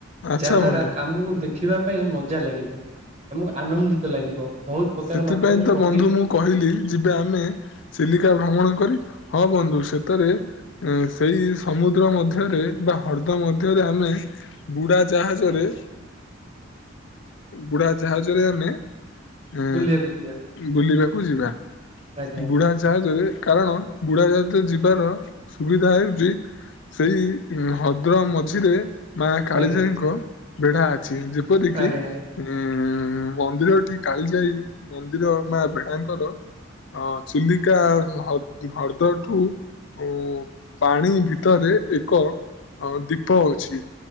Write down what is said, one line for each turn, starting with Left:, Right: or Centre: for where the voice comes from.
Left: ଆଚ୍ଛା
Right: ଯାହା ଦ୍ଵାରା
Left: ବନ୍ଧୁ।
Right: ଆମକୁ ଦେଖିବା ପାଇଁ ମଜା ଲାଗିବ, ଆମକୁ ଆନନ୍ଦିତ ଲାଗିବ। ବହୁତ ପ୍ରକାର
Left: ସେଥିପାଇଁ
Right: ମାତ୍ରାରେ
Left: ତ
Right: ପକ୍ଷୀ
Left: ବନ୍ଧୁ ମୁଁ କହିଲି ଯିବା ଆମେ ଚିଲିକା ଭ୍ରମଣ କରି। ହଁ ବନ୍ଧୁ ସେତରେ ସେଇ ସମୁଦ୍ର ମଧ୍ୟରେ ବା ହ୍ରଦ ମଧ୍ୟରେ ଆମେ। ବୁଡା ଜାହାଜରେ ବୁଡା ଜାହାଜରେ ଆମେ ଏ
Right: ବୁଲିବାକୁ ଯିବା
Left: ବୁଲିବାକୁ ଯିବା
Right: ଆଜ୍ଞା
Left: ବୁଢା ଜାହାଜରେ। କାରଣ ବୁଢ଼ା ଜାହଜରେ ଯିବାର ସୁବିଧା ହେଉଛି। ସେଇ ଉଁ ହଦ୍ର ମଝିରେ ମାଆ କାଳିଜାଇଙ୍କ
Right: ଆଜ୍ଞା
Left: ବେଢା ଅଛି ଯେପରିକି
Right: ଆଜ୍ଞା ଆଜ୍ଞା
Left: ଉଁ ମନ୍ଦିରଟି କାଳିଜାଇ ମନ୍ଦିର ମାଆ ବେଢାଙ୍କର ଅଁ ଚିଲିକା ହ-ହର୍ଦଠୁ ଉଁ ପାଣି ଭିତରେ ଏକ ଅଁ ଦ୍ବୀପ ଅଛି।